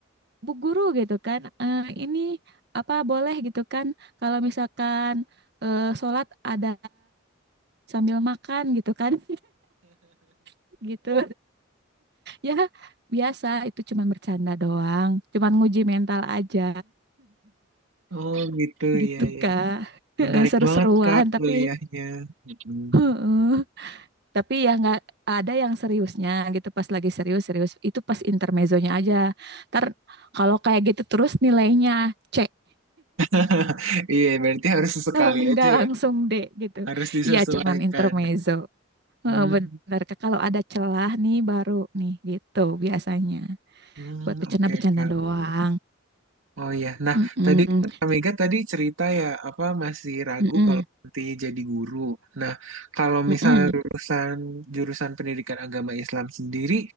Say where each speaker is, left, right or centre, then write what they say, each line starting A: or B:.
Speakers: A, on the right; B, on the right.
A: Bu Guru gitu kan, "Eh, ini apa boleh gitu kan, kalau misalkan eh, sholat ada sambil makan gitu kan, <laughs> gitu. Ya biasa itu cuman bercanda doang, cuman nguji mental aja
B: Oh gitu
A: gitu
B: ya ya.
A: Kak. <laughs>
B: Menarik
A: Seru-seruan
B: banget kak kuliahnya.
A: tapi
B: Mm-mm.
A: <laughs> tapi ya nggak ada yang seriusnya gitu pas lagi serius serius itu pas intermezzonya aja ntar kalau kayak gitu terus nilainya C
B: <laughs> Iya berarti harus
A: <laughs>
B: sesekali
A: atau nggak
B: aja
A: langsung
B: ya.
A: D gitu
B: Harus disesuaikan.
A: iya cuman intermezzo Heeh,
B: Hmm,
A: bener Kak. kalau ada celah nih baru nih gitu biasanya
B: hmm,
A: buat bercanda-bercanda
B: oke kak.
A: doang
B: Oh iya, nah
A: Mm-mm,
B: tadi kan Kak Mega tadi cerita ya apa masih ragu
A: mm-mm,
B: kalau nanti jadi guru. Nah kalau
A: mm-mm,
B: misalnya lulusan jurusan pendidikan agama Islam sendiri,